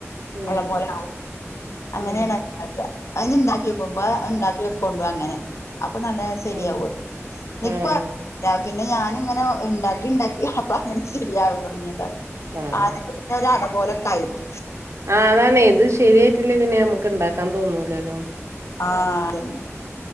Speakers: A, on the right (about 65°); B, on the left (about 70°).
A: ഉം
B: വെള്ളം പോലെ ആകും അങ്ങനെയണ
A: ഉം
B: ഉണ്ടാക്ക അതി ഇണ്ടാക്കി വെക്കുമ്പോത് ഇണ്ടാക്കി വെക്ക കൊണ്ടപ അങ്ങനെ അപ്പൊ നല്ല ശരിയാക
A: ആഹ്
B: നിക്കവാ
A: ആഹ്
B: പിന്നെ ഞനിങ്ങനെ ഉണ്ടാക്കി ഉണ്ടാക്കി അപ്പൊ അങ്ങനെ ശരിയാകൻ തുടങ്ങിയതാണ്
A: ആഹ് ആഹ്
B: ആദ്യ അട പോലെക്കായ്ഞ്ഞു.
A: ആഹ് അതാണ് ഇത് ശരിയായിട്ടില്ലേ പിന്നെ നമുക്ക് ഇണ്ടാക്കാൻ തോന്നൂലല്ലോ.
B: ആഹ് അതന്നെ